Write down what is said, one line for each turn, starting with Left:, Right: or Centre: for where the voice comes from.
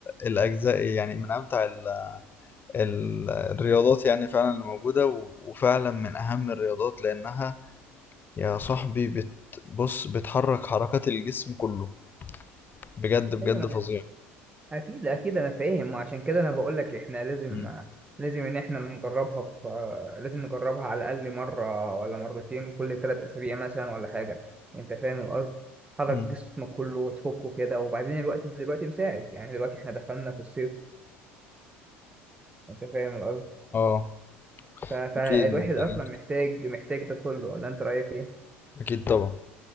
Left: الأجزاء يعني من أمتع ال ال- الرياضات يعني فعلا اللي موجودة و- وفعلا من أهم الرياضات لأنها يا صاحبي بت... بص بتحرك حركات الجسم كله بجد بجد
Right: أيوة
Left: فظيع
Right: اكيد اكيد انا فاهم وعشان كده انا بقول لك احنا لازم
Left: مم.
Right: لازم ان احنا نجربها في لازم نجربها على الاقل مره ولا مرتين كل ثلاث اسابيع مثلا ولا حاجه انت فاهم القصد تحرك
Left: مم.
Right: جسمك كله وتفكه كده وبعدين الوقت دلوقتي مساعد يعني دلوقتي احنا دخلنا في الصيف انت فاهم القصد
Left: اه
Right: ف- فالواحد
Left: اكيد محتاجين
Right: اصلا محتاج محتاج ده كله ولا انت رايك ايه
Left: اكيد طبعا